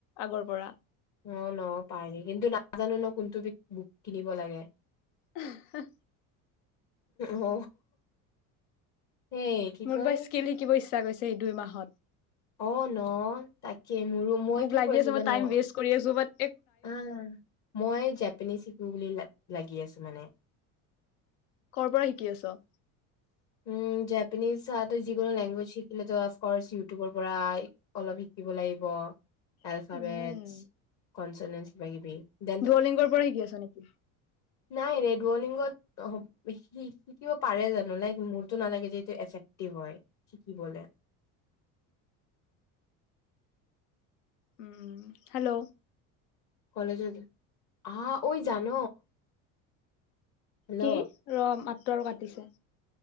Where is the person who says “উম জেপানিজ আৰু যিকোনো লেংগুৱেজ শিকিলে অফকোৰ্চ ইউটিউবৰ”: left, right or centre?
Left